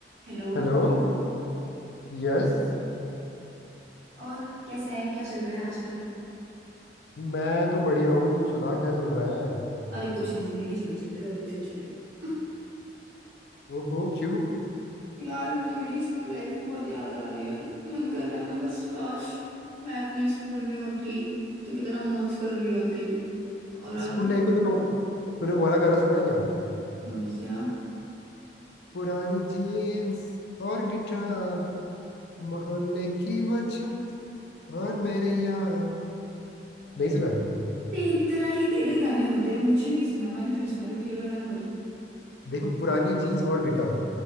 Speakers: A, on the right; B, on the left.
A: Hello
B: Hello Yes
A: और कैसा है क्या चल रहा है आजकल
B: मैं तो बढ़िया हूँ तू सुना क्या चल रहा है
A: अरे कुछ नहीं जिंदगी झंड चल रही है और कुछ नहीं चल रही
B: ओहो क्यों
A: <laughs> यार मुझे मेरी स्कूल लाइफ बहुत याद आ रही है मन कर रहा है मैं बस काश मैं अपने स्कूल में होती तो कितना मौज कर रही होती और अब
B: स्कूल लाइफ का तूने तूने वो वाला गाना सुना है क्या
A: कौन सा
B: पुरानी जीन्स और गिटार मोहल्ले की बचत और मेरे यार नहीं सुना है
A: तेरी तरह ही तेरे गाने होते हैं मुझे नहीं सुना मैंने तो नहीं सुना कभी ये वाला गाना भाई
B: देखो पुरानी जीन्स और गिटार